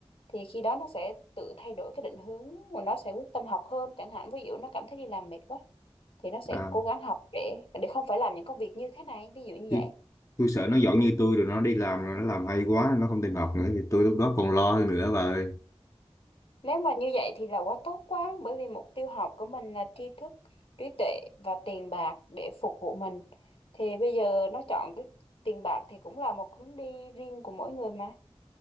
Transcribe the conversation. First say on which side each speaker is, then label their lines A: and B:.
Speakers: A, on the left; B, on the left.
A: thì khi đó nó sẽ tự thay đổi cái định hướng mà nó sẽ quyết tâm học hơn chẳng hạn ví dụ nó cảm thấy đi làm mệt quá thì nó sẽ
B: à
A: cố gắng học để để không phải làm những công việc như thế này ví dụ như
B: tôi,
A: vậy
B: tôi sợ nó giỏi như tôi rồi nó đi làm rồi nó làm hay quá nó không tìm học nữa thì tôi lúc đó còn lo hơn nữa bà ơi.
A: nếu mà như vậy thì là quá tốt quá bởi vì mục tiêu học của mình là tri thức trí tuệ và tiền bạc để phục vụ mình thì bây giờ nó chọn cái tiền bạc thì cũng là một hướng đi riêng của mỗi người mà